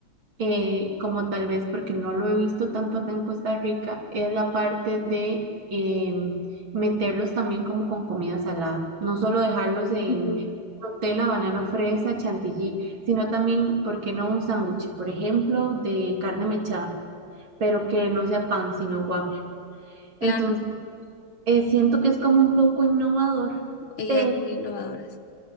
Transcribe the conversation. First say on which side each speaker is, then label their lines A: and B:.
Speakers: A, on the right; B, on the left.
A: eh, como tal vez porque no lo he visto tanto acá en Costa Rica, es la parte de em, meterlos también como con comida salada, no solo dejarlos en
B: Ujú.
A: Nutella, banano, fresa, chantilly, sino también, ¿por qué no un sándwich, por ejemplo, de carne mechada, pero que no sea pan, sino waffle?
B: Claro,
A: Entonces, eh, siento que es como un poco innovador,
B: ideas
A: pero
B: muy innovadoras.